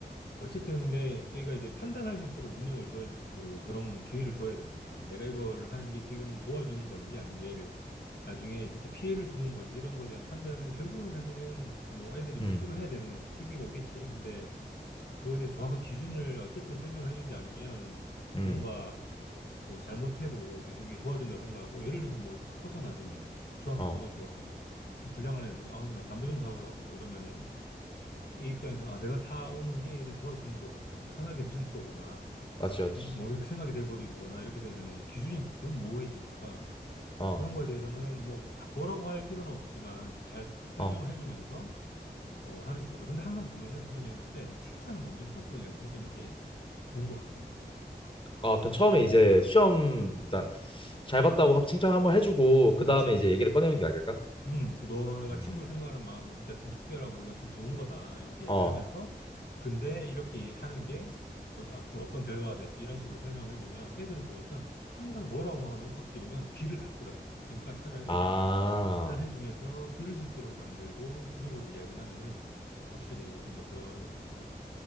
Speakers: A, on the left; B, on the left.
A: 어쨌든 근데 얘가 이제 판단할 수 있도록 능력을 줘야, 그, 그런 기회를 줘야 되니까. 내가 이걸 하는 게 지금은 도와주는 건지 아니면 얘를 나중에 진짜 피해를 주는 건지 이런 거에 대한 판단은 결국은 사실은 뭐 애들이 스스로
B: 음,
A: 해야 되는 시기가 오겠지. 근데 그거에 대해서 정확한 기준을 어쨌든 설명을 해주지 않으면
B: 음,
A: 뭔가 뭐 잘못해도 계속 이게 도와준다 생각하고 예를 들어서 뭐 커서 나중에 중학교
B: 어,
A: 고등학교 가서 막 좀 불량한 애들이 아 나 담배 좀 사오라고 이러면은 얘 입장에서 아 내가 사오는 게 얘를 도와주는 거구나 편하게 해주는 거구나 뭐
B: 맞지, 맞지.
A: 뭐 이렇게 생각이 돼버리거나 이렇게 되면은 이제 기준이 너무 모호해지니까
B: 어,
A: 그런 거에 대해서는 뭐 아, 뭐라고 할 필요는 없지만 좀잘 설명을
B: 어,
A: 해주면서 어 하는 게 좋을 것 같아 근데 항상 보면은 그런 이야기를 할 때 칭찬을 먼저 하고 이야기를 해주는 게 좋은 것 같긴 해
B: 아, 그럼 처음에 이제 시험 일단 잘 봤다고 합- 칭찬 한번 해주고 그
A: 그치
B: 다음에 이제 얘기를 꺼내는 게 나을까?
A: 음, 그 너가
B: 음,
A: 친구를 생각하는 마음이 진짜 참 특별하고 이건 참 좋은 거다. 이렇게
B: 어,
A: 얘기하면서, 근데 이렇게 하는 게 어- 앞으로 어떤 결과가 될지 이런 식으로 설명을 해주면 애들은 보니까 항상 뭐라고 하거나 윽박 지르면 귀를 닫더라고. 그러니까 차라리
B: 아,
A: 칭찬을 해주면서 들을 수 있도록 만들고 그러고 이제 이야기를 하면은 확실히 좀 더 들어가는 것 같긴 해.